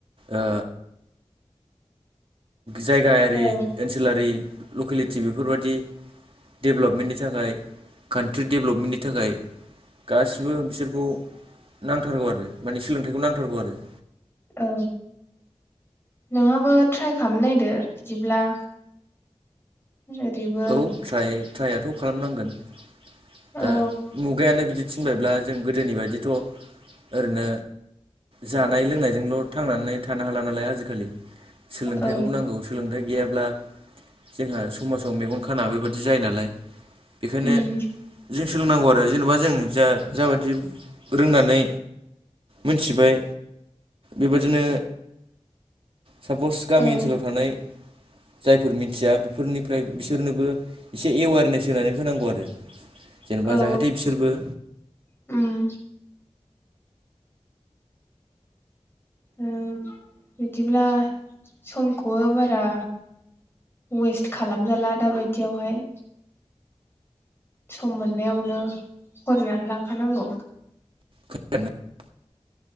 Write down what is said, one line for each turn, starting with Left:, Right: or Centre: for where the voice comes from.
Right: आ जायगायारि
Left: औ
Right: ओनसोलारि लकेलिटि बेफोरबादि डेभेलपमेन्टनि थाखाय कान्ट्रि डेभेलपमेन्टनि थाखाय गासिबो बिसोरखौ नांथारगौ आरो माने सोलोंथाइखौ नांथारगौ आरो
Left: औ नोंहाबो ट्राइ खालामनायदो बिदिब्ला <unintelligible>
Right: औ ट्राइ ट्राइआथ खालामनांगोन
Left: औ
Right: दा मुगायानो बिदि थिनबायब्ला जों गोदोनि बायदिथ ओरैनो जानाय लोंनायजोंल थांनानै थानो हाला नालाय आजिखालि सोलोंथाइखौबो
Left: औ
Right: नांगौ। सोलोंथाइ गैयाब्ला जोंहा समाजाव मेगन खाना बेबादि जायो नालाय बेखायनो
Left: उम
Right: जों सोलोंनांगौ आरो जेनेबा जों जा जाबादि रोंनानै मिथिबाय बेबादिनो सापस गामि
Left: औ
Right: ओनसोलाव थानाय जायफोर मिथिया बेफोरनिफ्राय बिसोरनोबो एसे एवेरनेस होनानै होनांगौ आरो जेनबा
Left: औ
Right: जाहाते बिसोरबो
Left: उम उम बिदिब्ला समखौबो बारा वेस्ट खालामजाला दाबायदियावहाय। सम मोननायावनो फरायनानै लाखानांगौ।
Right: <unintelligible>